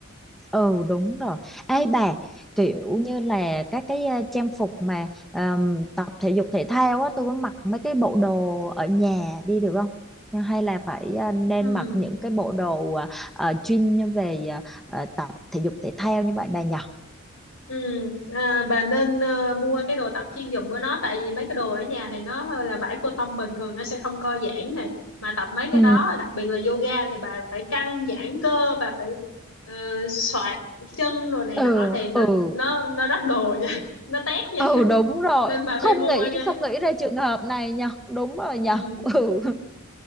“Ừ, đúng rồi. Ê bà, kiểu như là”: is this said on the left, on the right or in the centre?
Centre